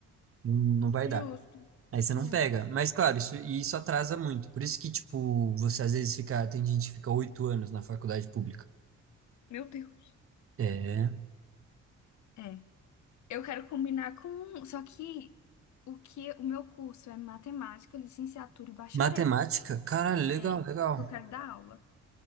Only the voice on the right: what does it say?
não, não vai
dar. Aí você
não pega. Mas, claro, isso, e isso atrasa muito. Por isso que, tipo, você às vezes fica. Tem gente que fica oito anos na faculdade pública.
É.
Matemática? Caralho, legal,
legal.